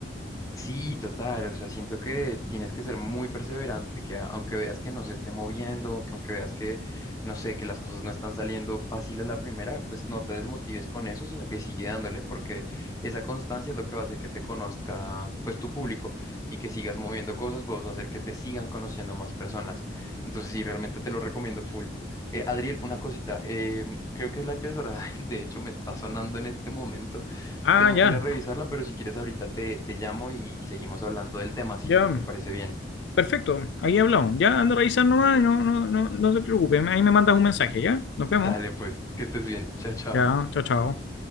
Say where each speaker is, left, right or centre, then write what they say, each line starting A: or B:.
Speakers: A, on the left; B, on the left.
A: Sí, total, o sea, siento que tienes que ser muy perseverante, que a- aunque veas que no se esté moviendo, que aunque veas que, no sé, que las cosas no están saliendo fácil a la primera, pues no te desmotives con eso, sino que sigue dándole, porque esa constancia es lo que va a hacer que te conozca, pues, tu público y que sigas moviendo cosas, pues va a hacer que te sigan conociendo más personas. Entonces, sí, realmente te lo recomiendo full. Eh, Adriel, una cosita, em, creo que es la impresora, <laughs> de hecho, me está sonando en este momento
B: Ah,
A: tengo
B: ya,
A: que ir a revisarla, pero si quieres ahorita te, te llamo y, y seguimos hablando del tema, si
B: ya.
A: si te parece bien.
B: Perfecto, ahí hablamos. Ya anda a revisar nomás, y no, no, no, no te preocupes. Ahí me mandas un mensaje, ¿ya? Nos vemos.
A: Dale, pues, que estés bien. Chao, chao.
B: Ya, chao, chao.